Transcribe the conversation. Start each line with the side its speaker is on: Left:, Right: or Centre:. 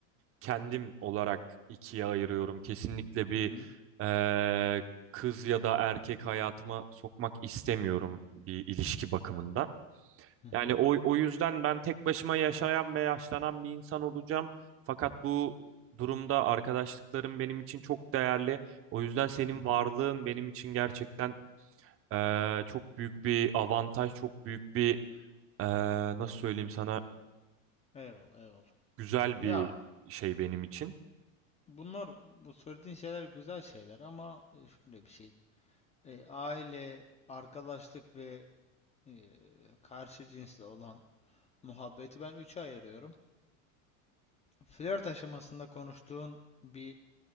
Right: kendim olarak ikiye ayırıyorum. Kesinlikle bir
Left: Hı hı.
Right: eee, kız ya da erkek hayatıma sokmak istemiyorum bir ilişki bakımından.
Left: Hı hı.
Right: Yani o, o yüzden ben tek başıma yaşayan ve yaşlanan bir insan olacağım. Fakat bu durumda arkadaşlıklarım benim için çok değerli. O yüzden senin
Left: Hı hı.
Right: varlığın benim için gerçekten eee, çok büyük bir avantaj, çok büyük bir eee, nasıl söyleyeyim sana
Left: Eyvallah eyvallah.
Right: Güzel
Left: Ya
Right: bir şey benim için.
Left: Bunlar bu söylediğin şeyler güzel şeyler ama e, şöyle bir şey. E, aile, arkadaşlık ve e, karşı cinsle olan muhabbeti ben üçe ayırıyorum. Flört aşamasında konuştuğun bir